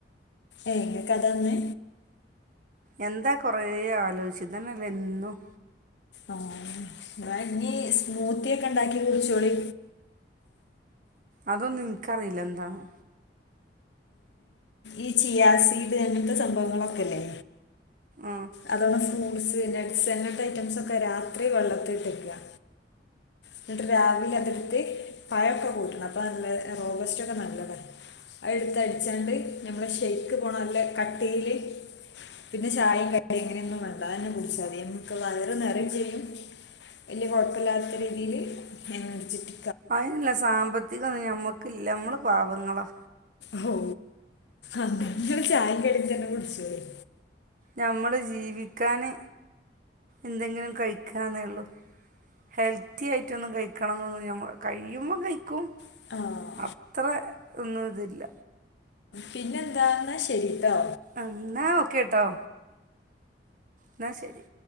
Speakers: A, on the left; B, on the right.
A: ഏഹ് ങക്ക്കഥാന്ന്
B: എന്താ കൊറെ ആലോചിച്ചിതന്നെല്ലെ എന്നും
A: ആഹ് ന്നാ ഇനി സ്മൂത്തി ഒക്കെ ഉണ്ടാക്കി കുടിച്ചോളി
B: അതൊന്നും ഇൻക്കറിയില്ല എന്താണ്
A: ഈ ചിയാസീഡ് അങ്ങൻത്തെ സംഭവങ്ങളൊക്കെ ഇല്ലേ
B: ആഹ്
A: അതോളെ ഫ്രൂട്ട്സ് നെട്സ് അങ്ങത്തെ ഐറ്റംസ് ഒക്കെ രാത്രി വെള്ളത്തില് ഇട്ടെക്കാ എന്നിട്ട് രാവിലെ അതെടുത്ത് പഴൊക്കെ കൂട്ടണം അപ്പൊ നല്ല റോബസ്റ്റക്കെ നല്ലതാണ് അഎട്ത്ത് അട്ച്ചാണ്ട് നമ്മടെ ഷെയ്ക്ക് പോലെ കട്ടീല് പിന്നെ ചായയും കടി എങ്ങനെയൊന്നും വേണ്ട അഎന്നെ കുട്ച്ചാതി നമ്മക്ക് വയറ് ന്നെറിം ചെയ്യും വല്ല്യ കാെഴപ്പല്ലാത്ത രീതിയില് എനർജിക്ക്
B: അയിനില്ല സാമ്പത്തികൊന്നും ഞമ്മക്കില്ല നമ്മള് പാവങ്ങളാ
A: ഹാേ അന്നാങ്ങള് ചായിം കടിം തന്നെ കുട്ച്ചോളിം
B: നമ്മള് ജീവിക്കാന് എന്തെങ്കിലും കഴിക്കാന്നെ ഒള്ളൂ ഹെൽത്തി ആയിട്ടൊന്നും കഴിക്കണംന്നൊന്നും നമ്മള് കഴിയുമ്പം കഴിക്കും
A: ആഹ്
B: അത്ര ഒന്നും ഇതില്ല
A: പിന്നെന്താെന്നാ ശരിട്ടോ
B: എന്നാ ഓക്കെട്ടോ എന്നാ ശരി